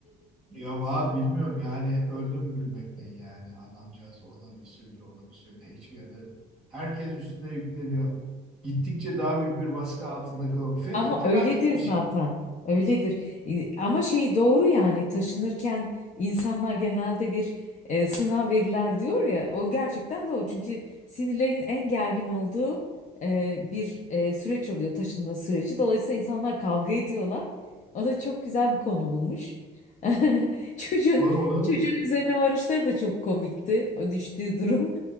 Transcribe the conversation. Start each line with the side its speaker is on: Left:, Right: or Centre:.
Centre: ya va bilmiyorum yani öldüm gülmekten yani adamcağız ona bir söylüyor ona bir söylüyor hiçbir yerde herkes üstüne yükleniyor. Gittikçe daha büyük bir baskı altında kalıyor. Fe-
Left: Ama
Centre: felaket
Left: öyledir
Centre: bir
Left: zaten.
Centre: şey.
Left: Öyledir. E, Ama şey doğru yani taşınırken insanlar genelde bir e, sınav verirler diyor ya. O gerçekten doğru. Çünkü sinirlerin en gergin olduğu e, bir e, süreç oluyor taşınma süreci. Dolayısıyla insanlar kavga ediyorlar. O da çok güzel bir konu bulmuş. <laughs> Çocuğun
Centre: O- Onun
Left: çocuğun üzerine varışları da çok komikti. O düştüğü durum.